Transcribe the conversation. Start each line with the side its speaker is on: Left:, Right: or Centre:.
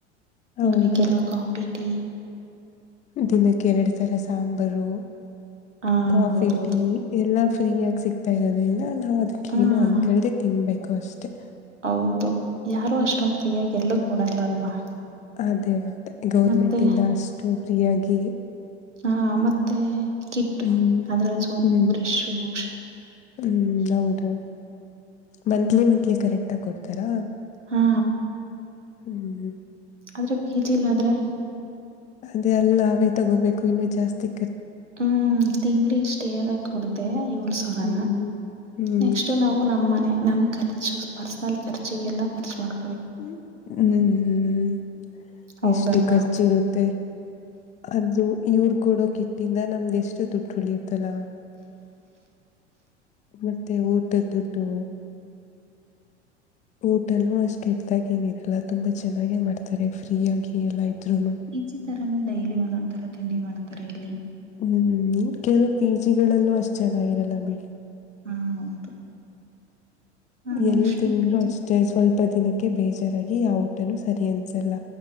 Left: ಹೌದು
Right: ಈವ್ನಿಂಗ್ ಎಲ್ಲ ಕಾಫಿ ಟೀ
Left: ದಿನಕ್ಕೆ ಎರಡು ತರ ಸಾಂಬಾರು
Right: ಹ
Left: ಕಾಫಿ
Right: ಹೌದೌದು
Left: ಟೀ ಎಲ್ಲ ಫ್ರೀಯಾಗಿ ಸಿಗ್ತಾ ಇರೋದ್ರಿಂದ ನಾವು ಅದಕ್ಕೇನು
Right: ಹ್ಮ್
Left: ಅನ್ಕೇಳ್ದೆ ತಿನ್ಬೇಕು ಅಷ್ಟೇ
Right: ಹೌದು ಯಾರು ಅಷ್ಟೊಂದ ಫ್ರೀಯಾಗಿ ಎಲ್ಲೂ ಕೊೂಡಲ್ಲ ಅಲ್ವಾ
Left: ಅದೇ ಮತ್ತೆ ಗೌರ್ಮೆಂಟ್
Right: ಮತ್ತೆ
Left: ಇಂದ ಅಷ್ಟು ಫ್ರೀಯಾಗಿ
Right: ಹಾ ಮತ್ತೆ ಕಿಟ್ಟ
Left: ಹ್ಮ್
Right: ಅದ್ರಲ್ಲಿ ಸೋಪು
Left: ಹ್ಮ್
Right: ಬ್ರಿಶು ಹಷ
Left: ಹ್ಮ್ ಹೌದು ಮಂತ್ಲಿ ಮಂತ್ಲಿ ಕರೆಕ್ಟಾಗಿ ಕೊಡ್ತಾರಾ
Right: ಹಾ
Left: ಹ್ಮ್್ಮ
Right: ಆದ್ರೆ ಪಿ ಜಿ ಲೀ ಆದ್ರೆ
Left: ಅಲ್ಲಿ ನಾವೇ ತಗೋಬೇಕು ಇನ್ನುೂ ಜಾಸ್ತಿ
Right: ಹ್ಮ್ ತಿಂಗಳಿಗೆಷ್ಟೇಗ ಕೊಡ್ದ ಇ ಸಾವಿರ
Left: ಹ್ಮ್ ಹ್ಮ್
Right: ನೆಕ್ಸ್ಟ್ ನಾವು ನಮ್ ಮನೆ ನಮ್ ಕ ಪರ್ಸನಲ್ ಖರ್ಚಿಗೆಲ್ಲ ಖರ್ಚು ಮಾಡ್
Left: ್ಮ ಹ್ಮ್ ಹ್ಮ್
Right: ಹೌದಲ್ವಾ
Left: ಎಷ್ಟು ಖರ್ಚಿರುತ್ತೆ ಅದು ಇವರು ಕೊೂಡೋ ಕಿಟ್ಟಿಂದ ನಮ್ದು ಎಷ್ಟು ದುಡ್ಡು ಉಳಿಯುತ್ತೆ ಅಲ ಮತ್ತೆ ಊಟದ ದುಡ್ಡು ಊಟನು ಅಷ್ಟ ಕೆಟ್ಟ್ದಾಗ ಏನಿರಲ್ಲ ತುಂಬಾ ಚೆನ್ನಾಗೆ ಮಾಡ್ತಾರೆ ಫ್ರೀ ಆಗಿ ಎಲ್ಲ ಇದ್ರುನು
Right: ಪ ಜಿ ತರನ ಡೈಲಿ ಒಂದೊಂದರ ತಿಂಡಿ ಮಾಡ್ತಾರೆ ಇಲ್ಲಿ
Left: ಹ್ಮ್ ಕೆಲವು ಪಿ ಜಿ ಗಳಲ್ಲೂ ಅಷ್ಟ್ ಚೆನ್ನಾಗಿರಲ್ಲ ಬಿಡಿ
Right: ಹಾ ಹೌದು ಹಾ
Left: ಎಲ್
Right: ನೆಕ್ಸ್ಟ್
Left: ತಿಂದ್ರರು
Right: ಪಿ ಜಿ
Left: ಅಷ್ಟೇ ಸ್ವಲ್ಪ ದಿನಕ್ಕೆ ಬೇಜಾರಾಗಿ ಯಾವ ಊಟನು ಸರಿ ಅಂಸಲ್ಲ